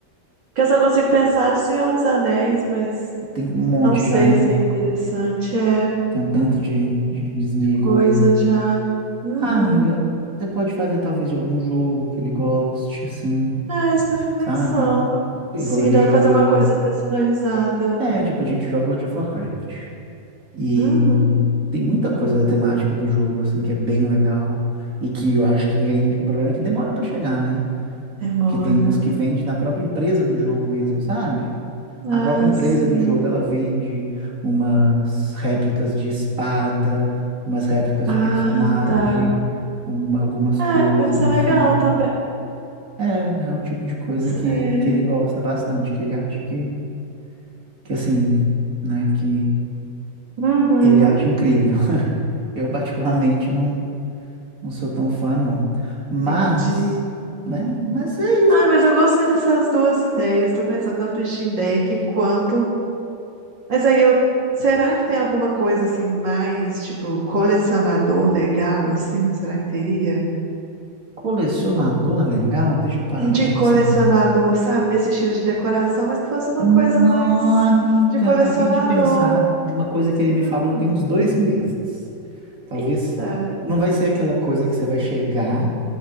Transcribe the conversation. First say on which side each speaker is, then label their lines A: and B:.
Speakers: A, on the right (about 75°); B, on the right (about 50°).
A: Porque eu só consigo pensar de Senhor dos Anéis, mas
B: tem um monte
A: não sei
B: já, né?
A: se é interessante. É,
B: Tem um tanto de, de, de esmigo
A: coisa
B: aí.
A: já. Uhum.
B: Ah, amiga, você pode fazer talvez de algum jogo que ele goste, assim,
A: É isso que eu fico pensando.
B: sabe? Igual
A: Sim,
B: ele
A: dá
B: joga.
A: pra fazer uma coisa personalizada.
B: É, tipo, a gente joga World of Warcraft. E
A: Uhum.
B: tem muita coisa da temática do jogo, assim, que é bem legal. E que eu acho que vende. O problema é que demora pra chegar, né?
A: Demora.
B: Que tem uns que vende na própria empresa do jogo mesmo, sabe?
A: Ah,
B: A própria empresa
A: sim.
B: do jogo, ela vende umas réplicas de espada, umas réplicas
A: Ah,
B: de personagem,
A: tá.
B: uma- algumas
A: É,
B: coisas,
A: pode ser legal
B: assim.
A: também.
B: É, é o tipo de coisa
A: Pode
B: que,
A: ser.
B: que ele gosta bastante, que ele acha que que assim, né, que
A: Uhum.
B: ele acha incrível. Eu particularmente não, não sou tão fã, não. Mas,
A: Entendi.
B: né, mas é isso.
A: Ai, mas eu gostei dessas duas ideias. Tô pensando tanto em Steam Deck quanto Mas aí eu. Será que tem alguma coisa assim mais, tipo, colecionador legal, assim? Será que teria?
B: Colecionador legal, deixa eu parar
A: De
B: pra pensar.
A: colecionador, sabe? Nesse estilo de decoração, mas que fosse uma
B: Nó,
A: coisa mais
B: amiga,
A: de colecionador.
B: acabei de pensar de uma coisa que ele
A: Hum,
B: me falou tem uns dois meses. Talvez
A: eita.
B: não vai ser aquela coisa que você vai chegar